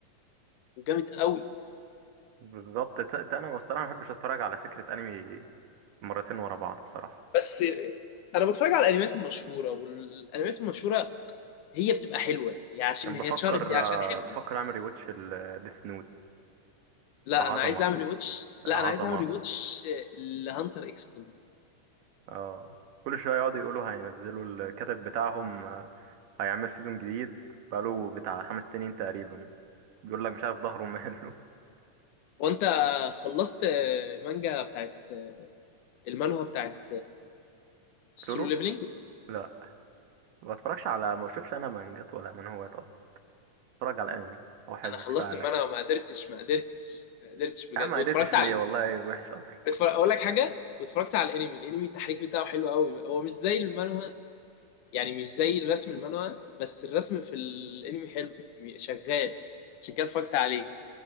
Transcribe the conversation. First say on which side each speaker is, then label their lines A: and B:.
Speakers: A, on the left; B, on the right.
A: وجامد قوي
B: بالظبط ت- ت- انا بصراحه ما بحبش اتفرج على فكره انمي مرتين ورا بعض بصراحه
A: بس آه، انا بتفرج على الانميات المشهوره والانميات المشهوره هي بتبقى حلوه هي عشان
B: انا
A: هي
B: بفكر
A: اتشهرت ليه عشان
B: آه،
A: حلوه
B: بفكر اعمل ريواتش الديث نوت
A: لا
B: العظمه
A: انا عايز اعمل ريواتش لا
B: العظمه
A: انا عايز اعمل ريواتش لهانتر اكس هانتر
B: اه كل شويه يقعدوا يقولوا هينزلوا الكاتب بتاعهم آه، هيعمل سيزون جديد بقاله بتاع خمس سنين تقريبا بيقول لك مش عارف ظهره ماله
A: وانت خلصت مانجا بتاعت آه، المانهوا بتاعت
B: <laughs>
A: السولو
B: سولو
A: ليفلينج
B: لا ما بتفرجش على ما بشوفش انا مانجات ولا منهوات اصلا بتفرج على الانمي هو حلو
A: انا خلصت
B: كفايه عليا
A: المانهوا ما قدرتش ما قدرتش ما قدرتش بجد
B: يا عم ما
A: واتفرجت
B: قدرتش
A: على
B: ليه والله وحش اصلا
A: اتفرج اقول لك حاجه واتفرجت على الانمي الانمي التحريك بتاعه حلو قوي هو مش زي المانهوا يعني مش زي الرسم المانهوا بس الرسم في الانمي حلو شغال عشان كده اتفرجت عليه